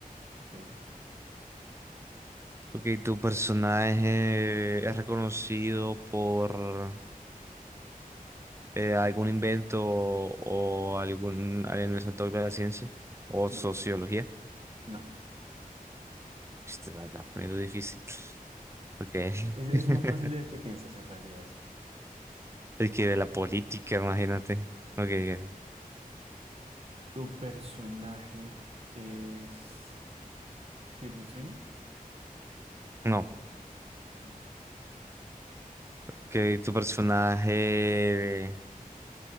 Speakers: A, on the right; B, on the right.
A: Ok,
B: Ok, ¿tu personaje es reconocido por eh, algún invento o algún, algún sector de la ciencia? ¿O
A: no,
B: sociología?
A: no,
B: Este, la estás poniendo difícil. Ok.
A: es, es
B: <laughs>
A: más fácil de lo que piensas en realidad.
B: Es que de la política, imagínate. Ok. ok.
A: ¿Tu personaje es Sidney Sweeney?
B: No.
A: Mm, ok,
B: que tu personaje